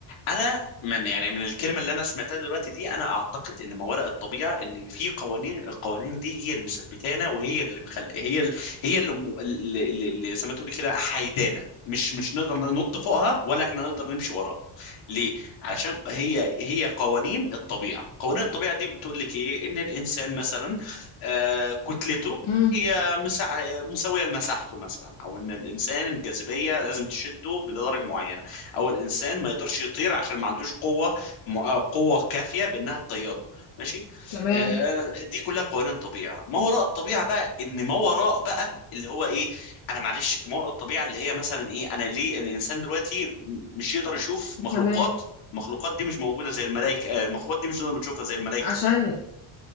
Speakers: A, on the left; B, on the left.
A: انا من يعني من الكلمه اللي انا سمعتها دلوقتي دي انا اعتقد ان ما وراء الطبيعه ان في قوانين القوانين دي هي اللي مثبتانا وهي اللي مخل... هي ال... هي اللي, م... اللي اللي زي ما تقولي كده حيدانا مش مش نقدر ننط فوقها ولا احنا نقدر نمشي وراها ليه علشان هي هي قوانين الطبيعه قوانين الطبيعه دي بتقول لك ايه ان الانسان مثلا آه كتلته
B: امم
A: هي مسا... مساويه لمساحته مثلا او ان الانسان الجاذبيه لازم تشده لدرجه معينه او الانسان ما يقدرش يطير عشان ما عندوش قوه م- آه، قوه كافيه بانها تطيره ماشي
B: تمام
A: آه دي كلها قوانين طبيعه ما وراء الطبيعه بقى ان ما وراء بقى اللي هو ايه انا معلش ما وراء الطبيعه اللي هي مثلا ايه انا ليه ان الانسان دلوقتي مش يقدر يشوف مخلوقات
B: تمام
A: المخلوقات دي مش موجوده زي الملائكه آه، المخلوقات دي مش نقدر نشوفها زي الملائكه
B: عشان